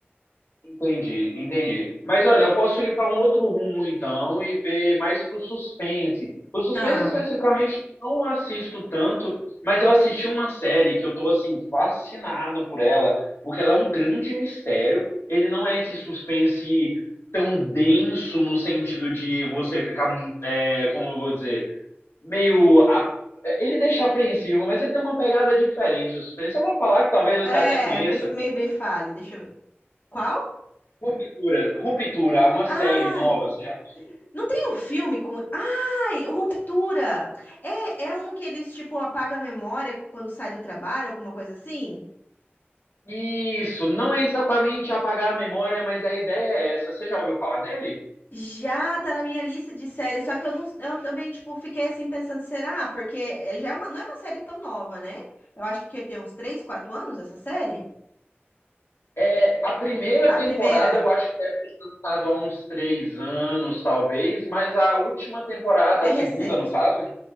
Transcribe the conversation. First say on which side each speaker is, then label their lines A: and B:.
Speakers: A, on the left (about 80°); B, on the left (about 50°).
A: Entendi, entendi. Mas olha, eu posso ir para um outro rumo então e ver mais pro suspense. O suspense
B: Ah,
A: especificamente não assisto tanto, mas eu assisti uma série que eu tô assim fascinado por ela, porque ela é um grande mistério. Ele não é esse suspense tão denso no sentido de você ficar, é, como eu vou dizer, meio a- ele deixa apreensivo, mas ele tem uma pegada diferente. O suspense, eu vou falar que talvez você
B: É,
A: até conheça.
B: me, me, me fale, deixa eu ver. Qual?
A: Ruptura, Ruptura, uma
B: ah,
A: série nova, você já assistiu?
B: Não tem um filme com. Ai, o Ruptura! É, é um que eles, tipo, apaga a memória quando sai do trabalho, alguma coisa assim?
A: Isso, não é exatamente apagar a memória, mas a ideia é essa. Você já ouviu falar nele?
B: Já tá na minha lista de séries, só que eu, não, eu também, tipo, fiquei assim pensando, será? Porque já é uma- não é uma série tão nova, né? Eu acho que tem uns 3, 4 anos essa série.
A: É, a primeira
B: A
A: temporada
B: primeira
A: eu acho que deve ter lançado há uns três anos, talvez, mas a última temporada,
B: é
A: a segunda
B: recente.
A: no caso,